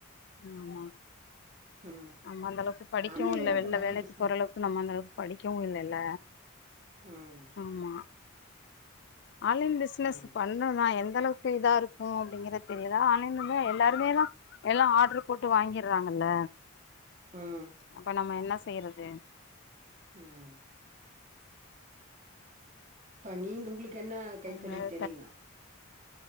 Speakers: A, on the left; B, on the right.
A: ஆமா
B: ம்
A: நம்ம அந்தளவுக்கு படிக்கவு
B: ஆன்லைன்ல
A: இல்ல
B: இப்ப
A: வெள்ல
B: நெறைய
A: வேலைக்குப்
B: பிசினஸ்
A: போறளவுக்கு நம்ம அந்தளவுக்கு படிக்கவு இல்லல்ல
B: ம்
A: ஆமா ஆன்லைன் பிசுனஸ்
B: ம்
A: பண்ணலா எந்தளவுக் கு இதா இருக்கோம் அப்படிங்குறது தெரியல ஆன்லைன்ல எல்லாருமேதா எல்லா ஆர்டர் போட்டு வாங்கிறாங்கல்ல
B: ம்
A: அப்ப நம்ம என்ன செய்றது
B: ம் ப்ப நீங் ஒங்களுக்கு என்ன கைத்தொழில்
A: அதனால
B: தெரியுங்க